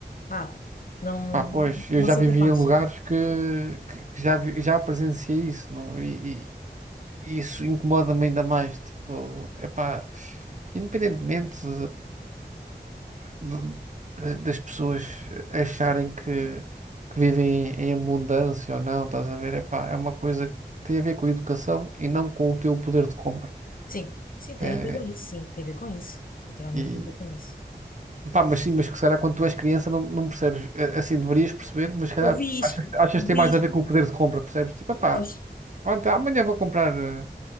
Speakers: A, on the left (about 55°); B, on the right (about 45°).
A: pá, não,
B: Pá, pois, eu
A: não
B: já
A: sou
B: vivi
A: capaz.
B: em lugares que, que- que já, vi- já presenciei isso, não? E, e- e isso incomoda-me ainda mais, tipo, epá, independentemente do- da- das pessoas acharem que, que vivem em abundância ou não, estás a ver? Epá, é uma coisa que tem a ver com a educação e não com o teu poder de compra.
A: Sim, sim, tem
B: É,
A: a ver com isso, sim, tem a ver com isso. Naturalmente
B: e,
A: tem a ver com isso.
B: pá, mas sim, mas que se calhar quando tu és criança não, não percebes, É, assim deverias perceber, mas se calhar
A: Ouvi isto,
B: achas, achas
A: ouvi
B: que tem mais
A: isto,
B: a ver com o poder de compra, percebes? Tipo, pá,
A: pois.
B: pronto, amanhã vou comprar eh,